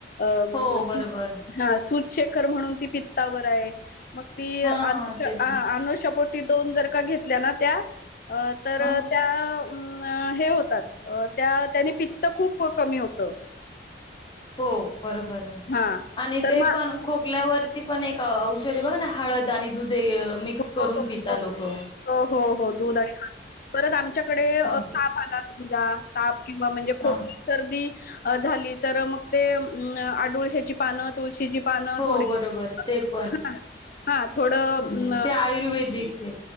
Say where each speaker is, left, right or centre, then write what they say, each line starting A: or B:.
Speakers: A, on the left (about 50°); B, on the left (about 25°).
A: अंम
B: हो, बरोबर.
A: हा सूजशेखर म्हणून ती पित्तावर हाय. मग ती
B: हां,
A: अनु
B: ते पण.
A: अनुष्यापोटी दोन जर का घेतल्या ना त्या अ तर,
B: हं.
A: त्या अ हे होतात त्या त्याने पित्त खूप कमी होतं..
B: हो बरोबर हाय.
A: हा
B: आणि
A: तर
B: ते
A: मग
B: पण खोकल्यावर ती पण एक औषध बघ ना हळद आणि दुधे मिक्स करून
A: हो हो
B: पिता
A: हो
B: लोक.
A: हो हो हो दूध आणि <unintelligible> परत आमच्याकडे
B: हां.
A: ताप आला समजा ताप किंवा म्हणजे खोप
B: हां.
A: सर्दी अं झाली तर मग ते अडुळसाची पान पान तुळशीची पानं
B: हो,
A: थोडी
B: बरोबर.
A: <unintelligible>
B: ते पण.
A: हा थोड,
B: हं.
A: म.
B: ते आयुर्वेदिक हे.